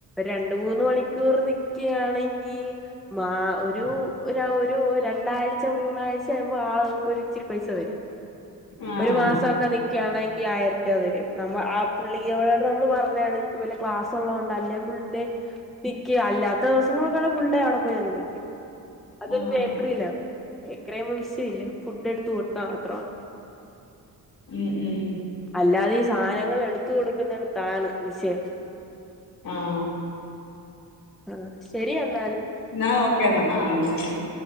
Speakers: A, in the centre; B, on the left.
A: രണ്ട് മൂന്ന് മണിക്കൂർ നിക്കായാണെ ങ്കിൽ മാ ഒരു ഒരു ഒരു രണ്ടാഴ്ച, മൂന്നാഴ്ച കഴിയുമ്പോ ആവും അപ്പോ ഒരു ഇച്ചിരി പൈസ വരും
B: ആഹ്
A: ഒരു മാസവൊക്കെ നിക്കുവാണെങ്കി ആയിരം രൂപ വ നമ്മ ആ പുള്ളിയോട് നമ്മള് പറ ഞ്ഞതാണ് ഇത് പോലെ ക്ലാസ്സ് ഒള്ള കൊണ്ട് അല്ലേൽ ഫുൾടൈം നി ക്കും അല്ലാത്ത ദിവസ ങ്ങള് ഫുൾഡേ അവടെ പോയി അങ്ങ് നിക്കും
B: ആഹ്
A: അതൊരു ബേക്കറിലായിരുന്നു ഇത്രയും വിഷയം ഇല്ലാ ഫുഡ് എടുത്ത് കൊടുത്താ മാത്രം മതി
B: ഉം ഉം
A: അല്ലാതെ ഈ സാധനങ്ങള് എടുത്ത് കൊടുക്കുന്നിടത്താണ് വിഷയം
B: ആഹ്
A: ആ ശരി അ
B: എന്നാ ഓക്കെ എന്നാ ആഹ് എന്നാ ശരി